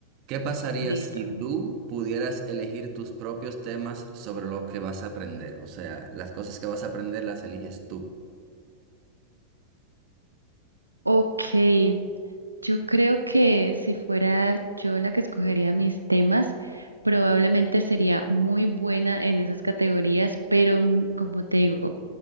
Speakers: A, on the right; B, on the right.
A: ¿Qué pasaría
B: Listo.
A: si tú pudieras elegir tus propios temas sobre lo que vas a aprender? O sea, las cosas que vas a aprender las eliges tú.
B: Ok, yo creo que si fuera yo la que escogería mis temas, probablemente sería muy buena en esas categorías, pero mm, como te digo,